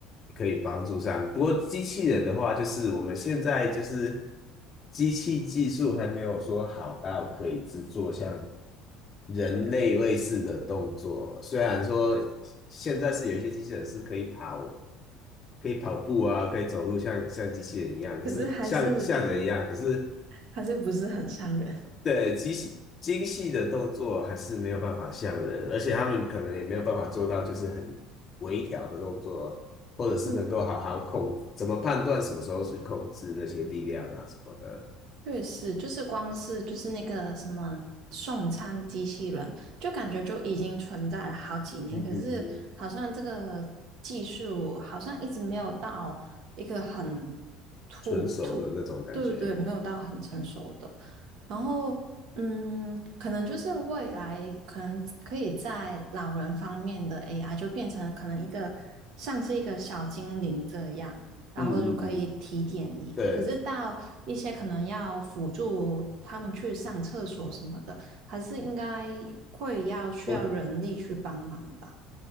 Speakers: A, on the left (about 25°); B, on the right (about 55°).
A: 可以帮助上。不过机器人的话，
B: 嗯，
A: 就是我们现在就是机器技术还没有说好到可以制作像人类类似的动作。
B: 对。
A: 虽然说现在是有一些机器人是可以跑、可以跑步啊，可以走路像像机器人一样，可是像像人一样，
B: 可是还是
A: 可是
B: 还是不是很像人。
A: 对，精细精细的动作还是没有办法像人，而且他们可能也没有办法做到，就是很微调的动作，或者是能够好好控，
B: 对。
A: 怎么判断什么时候去控制那些力量啊什么的。
B: 确实，就是光是就是那个什么送餐机器人，就感觉就已经存在了好几年，
A: 嗯嗯嗯，
B: 可是好像这个技术好像一直没有到一个很突突，
A: 纯手的那种感觉。
B: 对对对，没有到很成熟的。然后，嗯，可能就是未来可能可以在老人方面的 AI 就变成可能一个像是一个小精灵这样。然后就可以提点你。
A: 嗯嗯嗯，对，
B: 可是到一些可能要辅助他们去上厕所什么的，还是应该会要需要人力去帮忙吧？
A: 我